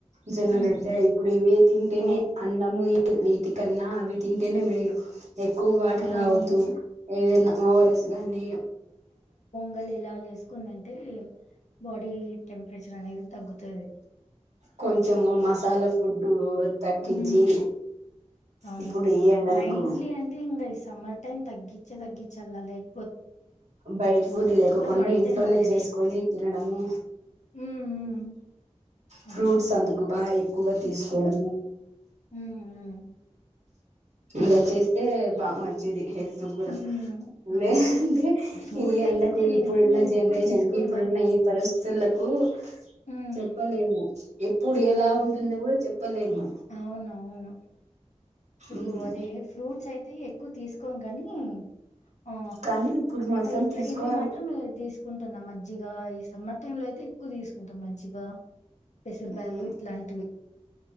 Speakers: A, on the right (about 75°); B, on the left (about 80°).
A: జొన్నరొట్టా
B: హుహు.
A: ఇప్పుడు ఇవే తింటేనే
B: ఆ!
A: అన్నము వీటికన్నా అవి తింటేనే మేలు ఎక్కువ వాటర్ తాగుత
B: అవును.
A: ఏదన్నఏద ఓఆర్ఎస్ గాని
B: వలి ఇలా చేసుకొనిదింటే బాడీ టెంపరేచర్ అనేది తగ్గుతుంది
A: కొంచము మసాలా ఫుడ్ తగ్గించి
B: హ్మ్. అవును
A: ఇప్పుడు ఈ ఎండలకు
B: మైన్లీ అంటే ఇంకా ఈ సమ్మర్ టైం తగ్గించే తగ్గించలా లెక్
A: బయట ఫుడ్ లేకుండా
B: మంటయిపోతది.
A: ఇంట్లోనే చేసుకొని తినడము
B: హ్మ్ హ్మ్ అదే.
A: ఫ్రూట్స్ అందుకు బాయి ఎక్కువ తీసుకోవడము
B: హ్మ్. హ్మ్.
A: ఇలా చేస్తే బా మంచిది హెల్త్ కూడా
B: హ్మ్. అవును.
A: లే అంటే
B: ఫ్రూట్స్
A: ఈ ఎండకు
B: అయితే నేను
A: ఇప్పుడున్న
B: ఎక్కువ ఎక్కువ
A: జనరేషన్
B: తీసుకోను
A: కి ఇప్పుడున్న
B: గానీ
A: ఈ పర్ <unintelligible>
B: హ్మ్.
A: చెప్పలేము ఎప్పుడు ఎలా
B: హ్మ్.
A: ఉంటుందో కూడా చెప్పలేము
B: అవునవును. ఇప్పుడు
A: ఉమ్
B: అదే ఫ్రూట్స్ అయితే ఎక్కువ తీసుకోం గని ఆ
A: కానీ ఇప్పుడు మాత్రం
B: ఇట్లా
A: తీసుకోవాలి
B: ఇవి మాత్రం తీసుకుంటున్నాం మం మంచిగా ఈ సమ్మర్ టైం లో అయితే ఎక్కువ తీసుకుంటాం మంచిగా పెసరబళ్ళు
A: ఉమ్
B: ఇట్లాంటివి